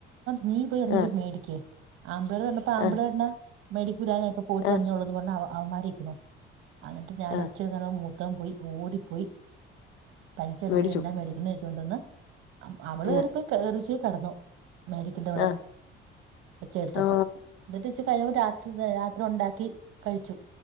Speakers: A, on the right; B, on the left.
A: നീ പോയി എറങ്ങിപ്പോയി
B: ആ
A: മേടിക്ക് ആമ്പിള്ളാ പറഞ്ഞപ്പോ ആമ്പിളാ
B: ആ
A: പറഞ്ഞ മേടിക്കൂല ഞായിപ്പോ പോയിട്ട്
B: ആ
A: വന്നോളൂ ന്ന്പറഞ്ഞവ അവമാരിക്കുണു അന്നിട്ട് ഞാൻ
B: ആ
A: ഒച്ചെട്ക്കാരം മൂത്തവം പോയി ഓടിപ്പോയി പയിസ എടുത്തോണ്ട്
B: മേടിച്ചു
A: എന്താ മേടിക്കുന്ന ചോയ്ച്ചോണ്ടിന്ന് അവള്
B: ആ
A: കേറിപ്പോയി കെറച്ചോയി കെടന്നു മേടിക്കണ്ടിവിടെ
B: ആ
A: ഒച്ചെടുത്തപ്പൊ
B: ഓ
A: ന്നിട്ട് ഇച്ച് കഴിഞ്ഞ്പ രാത്രി രാത്രി ഒണ്ടാക്കി കഴിച്ചു